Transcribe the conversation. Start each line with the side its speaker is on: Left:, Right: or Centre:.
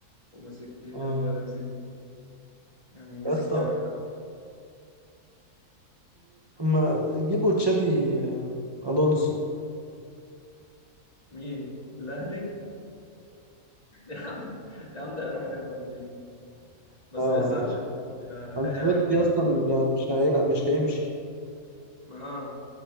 Left: ومسك إيه
Right: اه
Left: تاني لايبزيج يعني مسك
Right: يا اسطى
Left: آه،
Right: ما جيبوا تشافي آه، الونسو <laughs>
Left: مين؟ الأهلي <laughs> يا عم يا عم ده هيروح ريال مدريد بس
Right: ايوه
Left: لسه
Right: ما انا
Left: انشيلوتي
Right: عارف
Left: آه، قاعد
Right: انشيلوتي اصلا مش هيلعب مش هيمشي
Left: اه